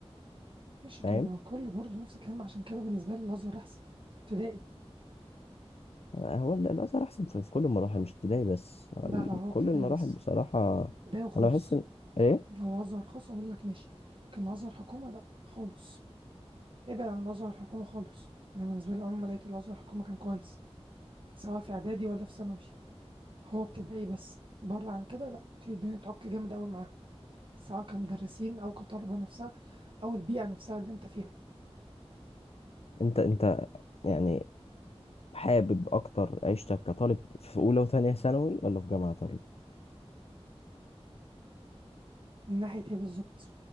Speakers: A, on the right; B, on the left.
A: ماشي
B: فاهم
A: طب ما هو كله برضه نفس الكلام عشان كده بالنسبة لي الأزهر أحسن ابتدائي
B: هو ال- الازهر احسن في في كل المراحل مش ابتدائي بس ال-
A: لا لا هو
B: كل
A: ابتدائي
B: المراحل
A: بس
B: بصراحه
A: ابتدائي وخاص
B: انا بحس ان ايه
A: لو أزهر خاص أقول لك ماشي لكن أزهر حكومة لا خالص ابعد عن الأزهر الحكومة خالص أنا بالنسبة لي عمري ما لقيت الأزهر الحكومة كان كويس سواء في إعدادي ولا في ثانوي هو ابتدائي بس بره عن كده لا بتبتدي تعك جامد أوي معاهم سواء كمدرسين أو كطلبة نفسها أو البيئة نفسها اللي أنت فيها
B: انت انت يعني حابب اكتر عيشتك كطالب في اولى وثانيه ثانوي ولا في جامعه طيب
A: من ناحية إيه بالظبط؟